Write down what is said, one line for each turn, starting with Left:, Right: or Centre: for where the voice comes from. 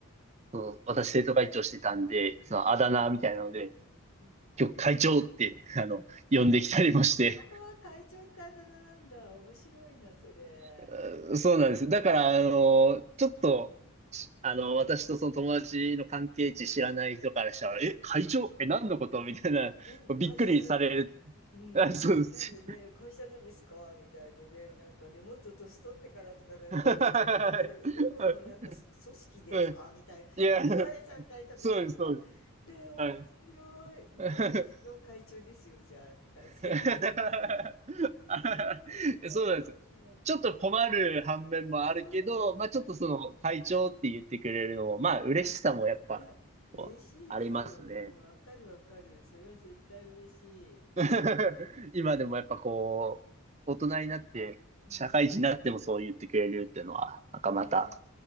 Right: そう、私生徒会長してたんで、そのあだ名みたいなので、
Left: うん、うん。
Right: 今日会長って、あの、呼んできたりもして。
Left: ああ、会長ってあだ名なんだ。面白いな、それ。
Right: <laughs> そうなんです。だから、あの、ちょっと、しあの、私とその友達の関係値知らない人からしたら、え、会長え、何のことみたいな、
Left: うん。何の会社の
Right: びっくりされる。
Left: うん。
Right: あ、そうです。
Left: ですよね。会社のですか？みたいなね。なんかね、もっと年取ってからとかなんかだと、
Right: はい。
Left: もっとなんか、え、
Right: <laughs>
Left: どこのなんか、そ組織ですか？
Right: はい
Left: みたいな思われちゃったりとかしてさ。
Right: いや、そうです、そうです。
Left: ね、面白い。
Right: はい。
Left: ね、
Right: <laughs>
Left: 一生会長ですよ、じゃあ、大成君は。
Right: <laughs>
Left: <laughs> 面白いな、
Right: そうなんですよ。
Left: それ。
Right: ちょっと困る反面もあるけど、
Left: うん、
Right: まあちょっとその会長って言ってくれるのも、まあ嬉しさもやっぱ、
Left: うん。いや、嬉しいですよ。
Right: こうありますね。
Left: うん、分かる分かる。それは絶対嬉しい。
Right: <laughs> 今でもやっぱこう、
Left: かわいい
Right: 大人になって、
Left: うん。
Right: 社会人になってもそう言ってくれるっていうのは、なんかまた
Left: ねえ。